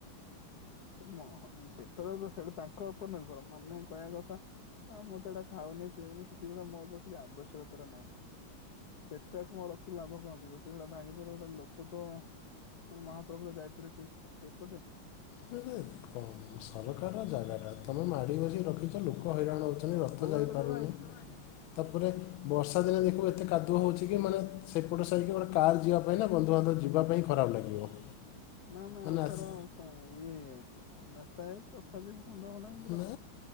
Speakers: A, on the left; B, on the left.
A: ତୁମ ହଁ ସେଟା <unintelligible> ହେଟା ତାଙ୍କ ଉପରେ ନିର୍ଭର ମାନେ କହିବା କଥା ହଁ ମୁଁ ତ ଏଇଟା ଖାଉନି ପିଉନି କିଛିି କରୁନି ମୋର <unintelligible> ଆବଶ୍ୟକତା ନାହିଁ। ସେଟା କଁ ରଖିଲେ ଲାଭ କଣ ଅଛି ଗୋଟେ ହେଲା ଭାଙ୍ଗିଦେଲ ଗୋଟେ ଲୋକ ତ ମାନେ ମହାପ୍ରଭୁ ତ ଯାଇପାରିବେ ସେ ସେଇପଟେ।
B: ମାନେ କଁ ସରକାରର ଜାଗା ଟା ତମେ ମାଡ଼ି ବସି ରଖିଛ ଲୋକ ହଇରାଣ ହଉ ଖାଲି
A: ସବୁ
B: ରଥ ଯାଇ
A: ଆଡରେ
B: ପାରୁନି।
A: ଭାଇ
B: ତାପରେ ବର୍ଷା ଦିନେ ଦେଖିବୁ ଏତେ କାଦୁଅ ହେଉଛି କି ମାନେ ସେପଟ ସାହି କି ଗୋଟେ କାର୍ ଯିବା ପାଇଁ ନା ବନ୍ଧୁବାନ୍ଧବ ଯିବା ପାଇଁ ଖରାପ ଲାଗିବ।
A: ନା ନା
B: ମାନେ
A: ଏଥର
B: ଆସି
A: କଣ ଇଏ ହେଇଚି ରାସ୍ତା ହେଇଯାଇଛି ତ। ତାବି ହେଣେ କଣ୍ଟା ମଣ୍ଟା।
B: ନା